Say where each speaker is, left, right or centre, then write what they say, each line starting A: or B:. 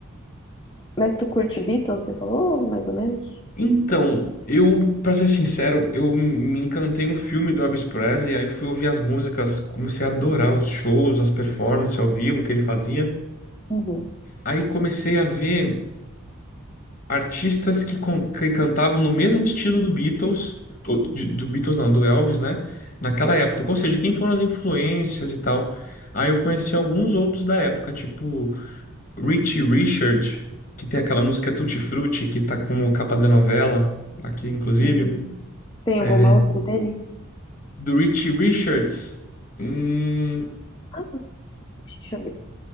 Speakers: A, on the left (about 20°); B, on the left (about 40°).
A: Mas tu curte Beatles, você falou, mais ou menos?
B: Então, eu, pra ser sincero, eu me encantei no filme do Elvis Presley, aí fui ouvir as músicas, comecei a adorar
A: Uhum.
B: os shows, as performances ao vivo que ele fazia.
A: Uhum.
B: Aí comecei a ver artistas que, con- que cantavam no mesmo estilo do Beatles, ou de- do Beatles não, do Elvis, né? Naquela época. Ou seja, quem foram as influências e tal. Aí eu conheci alguns outros da época, tipo Richie Richard, que tem aquela música Tutti Frutti, que tá como capa da novela, aqui inclusive.
A: Hum. Tem
B: É,
A: alguma outra dele?
B: do Richie Richards. Hum,
A: Ah, deixa eu ver.